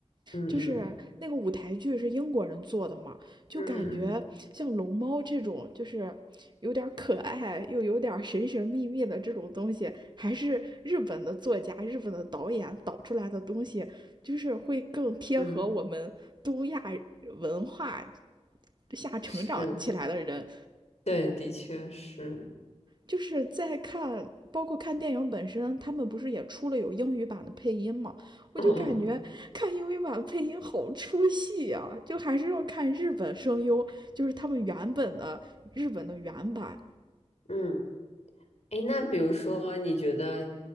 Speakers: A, on the left; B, on the right.
A: 嗯嗯
B: 就是那个舞台剧是英国人做的嘛，就感觉像龙猫这种，
A: 嗯嗯嗯，
B: 就是有点可爱又有点神神秘秘的这种东西，还是日本的作家、日本的导演导出来的东西，就是会更贴合我们东亚
A: 嗯嗯
B: 文化下成长起来的人
A: 嗯是，对，的确是，
B: 就是在看，包括看电影本身，他们不是也出了有英语版的配音嘛？我就感觉看英语版配音好出戏呀、
A: 嗯嗯
B: 就还是要看日本声优，就是他们原本的日本的原版。
A: 嗯。诶，那比如说，你觉得，